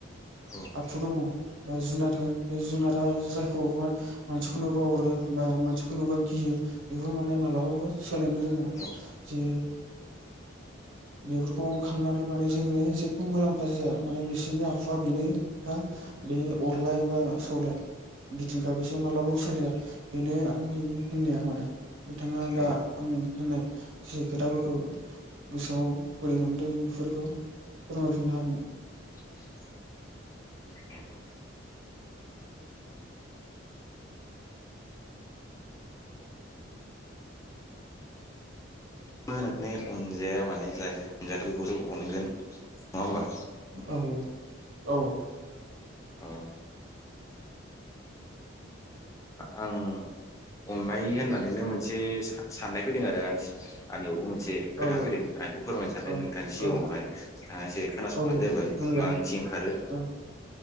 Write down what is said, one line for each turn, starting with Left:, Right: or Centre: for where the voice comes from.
Left: औ
Right: आखु दङ माय जुनाद होन बे जुनादा जायखौ मा मानसिखौ नुबा अरो बा मानसिखौ नुबा गियो बेफोर माने म मालाबाबो सोलायनो रोङा
Left: औ
Right: जे बेफोरखौ अनखांनानै माने जोङो जेबो मुलाम्फा जाया माने बिसोरनि आखुआ बेनो हा बे अरलाय बा सौलाय बिदिखा बिसोर मालाबाबो सोलिया बेनो आंनि होननाया माने बिथाङा दा
Left: औ
Right: आं होननाय जि खोथाफोरखौ गोसोआव बोरै मोनदों बेफोरखौ फोरमायफिननो हागोन
Left: औ माने अनजाया माने जाय अनजायाथ' बेखौसो अनगोन होमबा?
Right: औ औ
Left: ओ आं अननाय होननानैनो मोनसे साननाय फैदों आरो आंनियावबो मोन एसे
Right: औ
Left: खोथा फैदों आं बेखौ फोरमायनो सानदों
Right: औ
Left: नोंथांनि सिगाङावहाय
Right: औ
Left: नोंथाङा एसे खोनासंबानो
Right: औ
Left: जाबाय
Right: फोरमायजागोन
Left: मा ओंथि ओंखारो
Right: औ